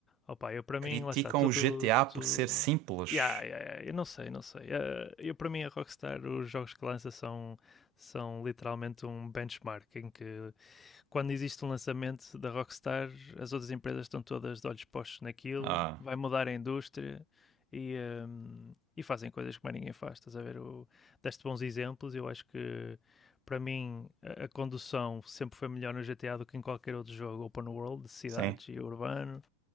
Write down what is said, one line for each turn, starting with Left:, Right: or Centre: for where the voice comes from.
Left: Opa, eu para mim,
Right: Criticam
Left: lá está, tudo.
Right: o GTA por
Left: tudo...
Right: ser simples.
Left: Yeah, yeah, yeah, eu não sei, não sei. Eh, eu para mim, a Rockstar, os jogos que lança são, são literalmente um benchmark em que quando existe um lançamento da Rockstar, as outras empresas estão todas de olhos postos naquilo,
Right: Ah.
Left: vai mudar a indústria e, um, e fazem coisas que mais ninguém faz. Estás a ver? O, deste bons exemplos, eu acho que para mim a, a condução sempre foi melhor no GTA do que em qualquer outro jogo open world, de cidades
Right: Sim.
Left: e urbano.